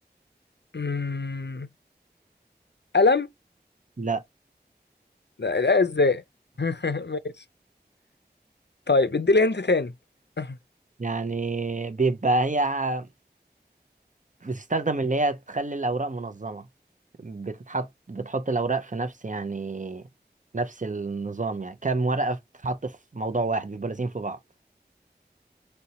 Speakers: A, on the left (about 80°); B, on the right (about 45°).
A: مم، قلم
B: لا
A: لا لا ازاي <laughs> ماشي طيب ادي لي انت تاني <laughs>
B: يعني بيبقى هي بتستخدم اللي هي تخلي الأوراق منظمة بتتحط بتحط الأوراق في نفس يعني نفس النظام يعني كام ورقة بتتحط في موضوع واحد بيبقوا لازقين في بعض